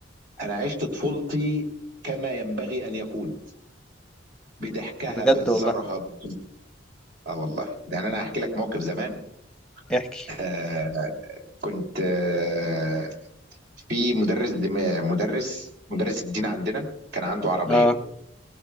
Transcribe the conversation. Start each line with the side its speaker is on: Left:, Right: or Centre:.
Right: انا عشت طفولتي كما ينبغي ان يكون بضحكها
Centre: بجد
Right: بهزارها
Centre: والله
Right: ب... اه والله يعني انا هحكي لك موقف زمان
Centre: احكي
Right: آه كنت آه في مدرس دماء مدرس مدرس الدين عندنا كان عنده عربية
Centre: اه